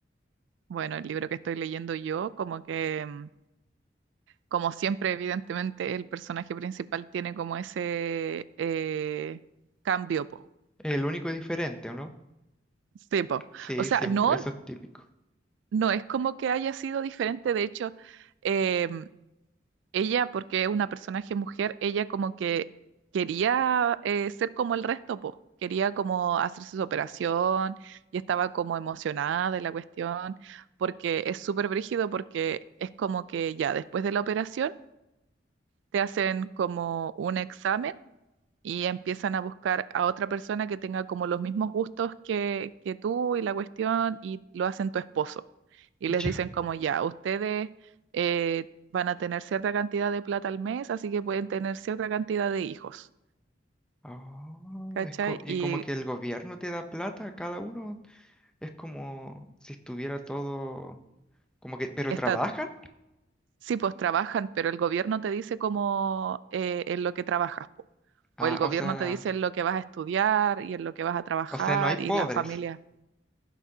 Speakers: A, on the right; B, in the centre.
A: Bueno, el libro que estoy leyendo yo, como que, mm, como siempre, evidentemente, el personaje principal tiene como ese eh, cambio, po.
B: El único y diferente, ¿o no?
A: Sí, po.
B: Sí,
A: O sea,
B: siempre,
A: no,
B: eso es típico.
A: no es como que haya sido diferente, de hecho, em, ella, porque es una personaje mujer, ella como que quería eh, ser como el resto, po. Quería como hacerse su operación y estaba como emocionada de la cuestión, porque es súper brígido, porque es como que ya después de la operación te hacen como un examen y empiezan a buscar a otra persona que tenga como los mismos gustos que, que tú y la cuestión y lo hacen tu esposo. Y
B: <laughs>
A: les dicen
B: Ya.
A: como ya, ustedes eh, van a tener cierta cantidad de plata al mes, así que pueden tener cierta cantidad de hijos,
B: Oh,
A: ¿cachai?
B: es co- y
A: Y
B: como que el gobierno te da plata a cada uno, es como si estuviera todo, como que, pero
A: está,
B: trabajan,
A: sí, pues trabajan, pero el gobierno te dice como eh, en lo que trabajas, po.
B: ah,
A: O el gobierno
B: o sea,
A: te dice en lo que vas a estudiar y en lo que vas a trabajar
B: o sea, no hay pobres,
A: y la familia.